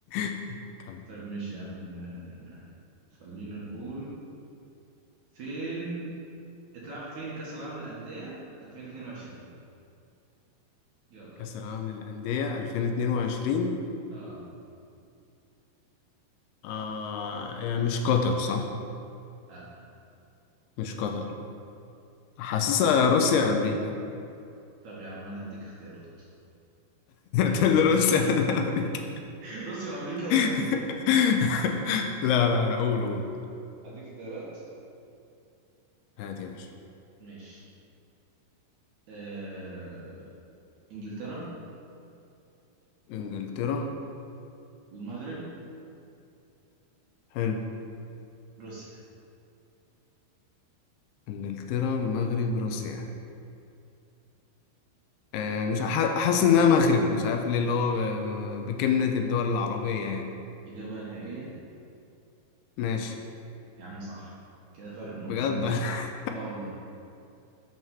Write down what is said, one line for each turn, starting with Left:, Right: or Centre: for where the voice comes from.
Left: <laughs> كمل
Right: طيب ماشي يا عم آه، خلينا نقول فين اتلعب فين كأس العالم للأندية 2022 يلا
Left: كاس
Right: بقى
Left: العالم للانديه 2022
Right: اه,
Left: آه يعني مش قطر صح
Right: آه.
Left: مش قطر حاسسها روسيا يا امريكا <laughs>
Right: طب يا عم انا هديك اختيارات
Left: تقول لي روسيا ولا امريكا
Right: <laughs> روسيا وامريكا و...
Left: <laughs> لا لا لا قول قول
Right: <laughs> هديك اختيارات
Left: هات يا باشا
Right: ماشي آه... انجلترا
Left: انجلترا
Right: المغرب
Left: حلو
Right: روسيا
Left: انجلترا المغرب روسيا آه، مش ح- حاسس انها مغرب مش عارف ليه اللي هو ب- بكلمة الدول العربية يعني
Right: إجابة نهائية
Left: ماشي
Right: يا عم صح كده فرق نقطتين
Left: بجد
Right: ليك
Left: <laughs>
Right: اه والله